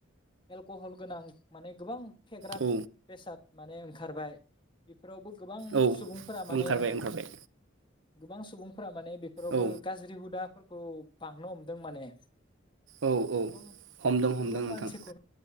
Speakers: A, on the left (about 25°); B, on the right (about 75°).
A: एलकहल गोनां माने गोबां फेग्रा
B: औ
A: बेसाद माने ओंखारबाय फोरावबो गोबां
B: औ
A: सुबुंफोरा माने
B: ओंखारबाय ओंखारबाय
A: गोबां सुबुं फोरा माने बेफोरावबो
B: औ
A: गाज्रि हुदा फोरखौ बांनो हमदों माने
B: औ औ
A: गोबां
B: हमदों हमदों
A: गोबां
B: नोंथां
A: मानसिखौ